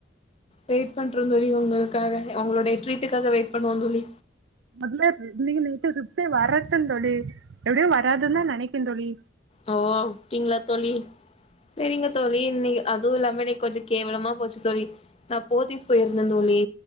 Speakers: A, on the left; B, on the right.
A: வெயிட் பண்றே தோழி உங்களுக் காக உங்களுடைய ட்ரீட்டுக்காக வெயிட் பண்ணுவே தோழி
B: மொதல்ல த இன்னைக்கி நைட்டு ரீப்ளே வரட்டு தோழி எப்டியு வராதுன்னு தா நெனைக்கே தோழி
A: ஓ அப்டிங்களா தோழி செரிங்க தோழி நீங்க அதுவு இல்லாம இன்னைக்கி கொஞ்சோ கேவலமா போச்சு தோழி நா போத்தீஸ் போயிருந்தே தோழி